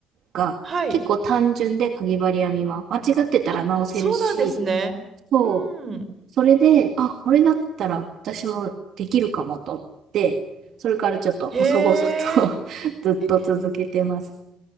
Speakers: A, on the right (about 65°); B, on the right (about 40°).
A: が結構単純で、
B: はい。
A: かぎ針編みは。間違ってたら直せるし、
B: あ、そうなんですね。うーん。
A: そう、それで、あ、これだったら私もできるかもと思って、それからちょっと細々と
B: へえ。
A: <laughs> ずっと続けてます。
B: え、